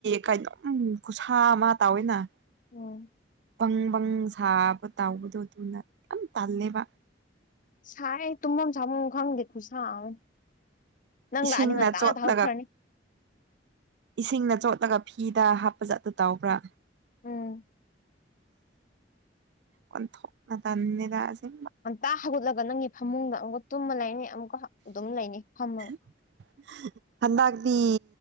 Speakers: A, on the right (about 65°); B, on the left (about 45°).
A: ꯀꯥꯏꯅꯣ ꯎꯝ ꯈꯨꯁꯥ ꯑꯃ ꯇꯥꯎꯋꯦꯅ
B: ꯑꯣꯝ
A: ꯕꯪ ꯕꯪ ꯁꯥꯕ ꯇꯥꯎꯕꯗꯣ ꯑꯗꯨꯅ ꯌꯥꯝ ꯇꯜꯂꯦꯕ
B: ꯁꯥꯏ ꯇꯨꯝꯐꯝ ꯁꯥꯐꯝ ꯈꯪꯗꯦ ꯈꯨꯠꯁꯥ ꯑꯃꯅꯤ ꯅꯪ
A: ꯏꯁꯤꯡꯅ
B: ꯂ ꯑꯅꯤ ꯉꯟꯇꯥ
A: ꯆꯣꯠꯂꯒ
B: ꯉꯇ ꯍꯧꯈ꯭ꯔꯅꯤ
A: ꯏꯁꯤꯡꯅ ꯆꯣꯠꯂꯒ ꯐꯤꯗ ꯍꯥꯞꯄ ꯖꯠ ꯑꯗꯨ ꯇꯧꯕ꯭ꯔꯥ
B: ꯎꯝ
A: ꯑꯣꯟꯊꯣꯛꯅ ꯇꯟꯅꯤꯗ ꯑꯁꯦꯡꯕ
B: ꯉꯟꯇꯥ ꯍꯧꯒꯠꯂꯒ ꯅꯪꯒꯤ ꯐꯃꯨꯡꯗ ꯑꯃꯨꯛ ꯇꯨꯝꯃ ꯂꯩꯅꯤ ꯑꯃꯨꯛꯀ ꯑꯗꯨꯝ ꯂꯩꯅꯤ ꯐꯝꯃꯒ
A: <unintelligible> ꯍꯟꯗꯛꯗꯤ